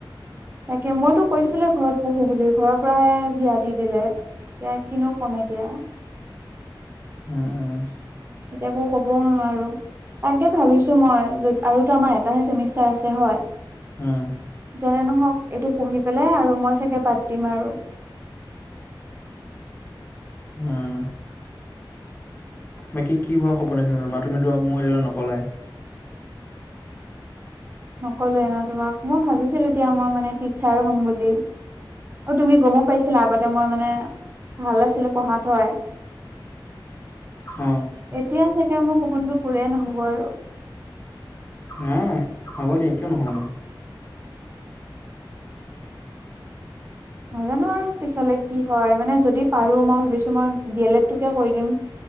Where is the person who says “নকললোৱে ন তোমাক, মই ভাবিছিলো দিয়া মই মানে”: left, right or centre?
Right